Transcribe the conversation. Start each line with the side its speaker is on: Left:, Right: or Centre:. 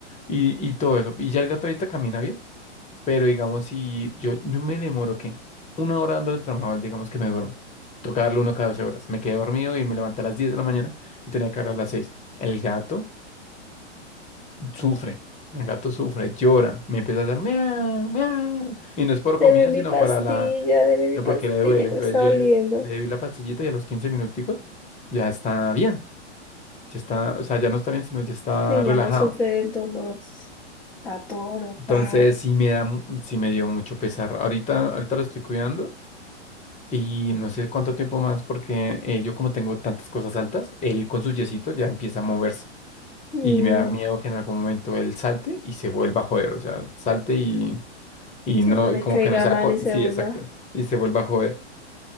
Left: y, y todo eso. Y ya el gato ahorita camina bien. Pero digamos, si yo, yo me demoro, ¿qué? Una hora dándole trabajo, digamos que me duermo. Toca darle uno cada 12 horas. Me quedé dormido y me levanté a las 10 de la mañana y tenía que hablar a las seis El gato sufre. El gato sufre, llora, me empieza a dar miau, miau. Y no es por comida,
Centre: Deme mi
Left: sino
Centre: pastilla,
Left: para la,
Centre: deme mi
Left: no
Centre: pastilla
Left: porque le duele.
Centre: que
Left: Entonces
Centre: me está
Left: yo
Centre: doliendo.
Left: le, le di la pastillita y a los 15 minuticos ya está bien. Ya está, o sea, ya no está bien, sino ya está
Centre: Sí,
Left: relajado.
Centre: ya no sufre del dolor. Está todo,
Left: Entonces
Centre: pao.
Left: sí me da, mu- sí me dio mucho pesar. Ahorita, ahorita lo estoy cuidando Y no sé cuánto tiempo más, porque eh, yo como tengo tantas cosas altas, él con su yesito ya empieza a moverse.
Centre: Mm,
Left: Y me da miedo que en algún momento él salte y se vuelva a joder. O sea, salte y, y no,
Centre: sí, por
Left: y
Centre: ahí
Left: como
Centre: caiga
Left: que no sea...
Centre: mal
Left: con-
Centre: y se
Left: Sí,
Centre: vuelva.
Left: exacto. Y se vuelva a joder.